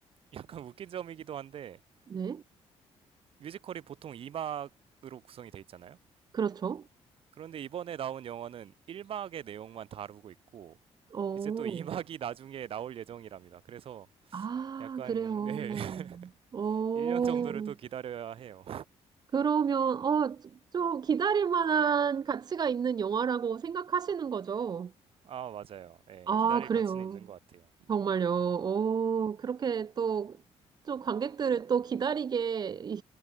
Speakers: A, on the right; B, on the right.
A: 약간 웃긴 점이기도 한데
B: 네.
A: 뮤지컬이 보통 2막으로 구성이 돼 있잖아요.
B: 그렇죠.
A: 그런데 이번에 나온 영화는 1막의 내용만 다루고 있고
B: 어,
A: 이제 또 2막이 <laughs> 나중에 나올 예정이랍니다. 그래서
B: 아,
A: 약간
B: 그래요.
A: 네, <laughs>
B: 어,
A: 1년 정도를 또 기다려야 해요.
B: 그러면, 어, 좀, 기다릴 만한 가치가 있는 영화라고 생각하시는 거죠?
A: 아, 맞아요. 네
B: 아,
A: 기다릴
B: 그래요.
A: 가치는 있는 것 같아요.
B: 정말요. 오, 그렇게 또, 또 관객들을 또 기다리게, 이-